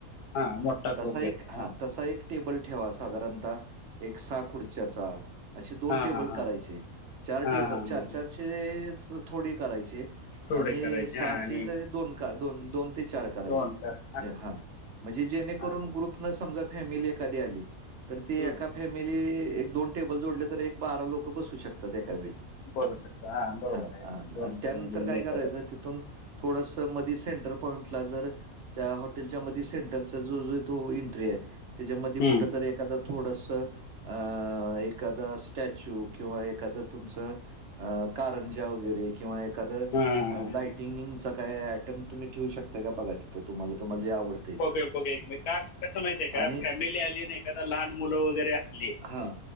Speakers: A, on the left; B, on the right.
A: हा मोठा
B: तसा
A: ग्रुप येतो
B: एक हा तसा एक टेबल ठेवा साधारणतः एक सहा खुर्च्याचा असे दोन
A: हा
B: टेबल
A: हा हा
B: करायचे चार
A: हा
B: टेबल
A: हा
B: चार
A: हा
B: चारचे थोडे करायचे
A: थोडे
B: आणि
A: करायचे
B: सहाचे
A: हा आणि
B: दोन दोन दोन ते चार करायचे.
A: दोन करा
B: हा म्हणजे जेणेकरून
A: हा
B: ग्रुप समजा फॅमिली एकादी आली तर ते
A: हम्म
B: एका फॅमिली एक दोन टेबल जोडले तर तर एक बारा लोक बसू शकतात एकावेळी.
A: बरू शकतो बरोबर
B: हा
A: आहे
B: अ
A: दोन
B: आणि त्यानंतर
A: फॅमिली येऊन
B: काय करायचं
A: एकत्र करतात
B: तिथून थोडस मधी सेंटर पॉईंटला जर त्या हॉटेलच्या मध्ये सेंटरचा जो जो तो एंट्री आहे. त्याच्यामध्ये कुठंतरी
A: हम्म
B: एखादं थोडस अ एख द स्टच्यू किंवा एखाद तुमच अ कारंजा वगैरे, किंवा एखादं
A: हा हा हा
B: लाटिंईनिंग
A: हा
B: च काही आयटम तुम्ही ठीवू शकता. काघ तिथं तुम्हाल तुमला जे आवड
A: बघुया बघी का कसं माहितय आहे
B: आणि
A: का? फॅमिली आली नाही का? लहान मुलं वगैरे इसली
B: हां.